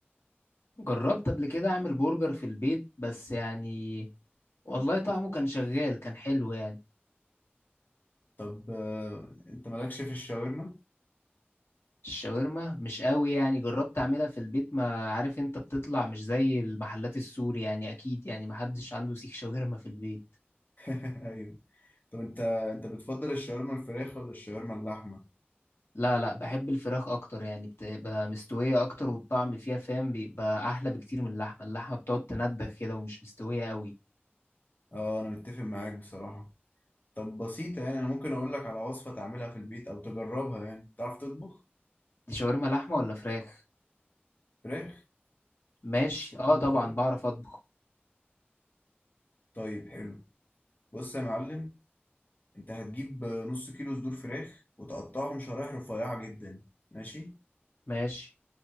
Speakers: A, on the left; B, on the left.
A: جربت قبل كده أعمل برجر في البيت بس يعني والله طعمه كان شغال كان حلو يعني
B: طب آه، أنت مالكش في الشاورما؟
A: الشاورما مش قوي يعني جربت اعملها في البيت ما عارف انت بتطلع مش زي المحلات السوري يعني اكيد يعني محدش عنده سيخ شاورما في البيت
B: <laughs> أيوه طب أنت أنت بتفضل الشاورما الفراخ ولا الشاورما اللحمة؟
A: لا لا بحب الفراخ اكتر يعني بتبقى مستوية اكتر والطعم فيها فاهم بيبقى احلى بكتير من اللحمة اللحمة بتقعد تندخ كده ومش مستوية قوي
B: اه أنا متفق معاك بصراحة طب بسيطة يعني أنا ممكن أقول لك على وصفة تعملها في البيت أو تجربها يعني تعرف تطبخ
A: دي شاورما لحمة ولا فراخ
B: فراخ؟
A: ماشي
B: مش هتطبخ
A: اه طبعا
B: فراخ؟
A: بعرف اطبخ
B: طيب حلو بص يا معلم انت هتجيب نص كيلو صدور فراخ وتقطعهم شرايح رفيعة جدا ماشي
A: ماشي